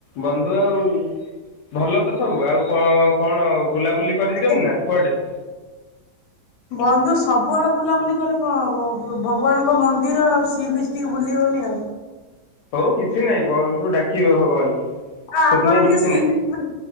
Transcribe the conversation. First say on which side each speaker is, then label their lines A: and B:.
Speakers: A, on the left; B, on the left.
A: ବନ୍ଧୁ ଆଉଁ ଭଲ ତ ସବୁ ଆଉ କ କଣ ବୁଲାବୁଲି କରିଛନ୍ତି
B: ଆଜ୍ଞା।
A: ନା କୁଆଡେ?
B: ବନ୍ଧୁ ସବୁଆଡେ ବୁଲାବୁଲି କଲେ କଣ ହବ ଭ-ଭଗବାନଙ୍କ ମନ୍ଦିର ଆଉ ସି ବିଚ ଟିକେ ବୁଲି ହବନି ଆଉ।
A: ହଉ କିଛି ନାଇଁ ବନ୍ଧୁ ଡାକିବେ ଭଗବାନ।
B: ଆ-ଆପଣ
A: ସେଥିପାଇଁ
B: ଟିକେ
A: କିଛି
B: ସି
A: ନାହିଁ
B: ବିଚ୍ <unintelligible>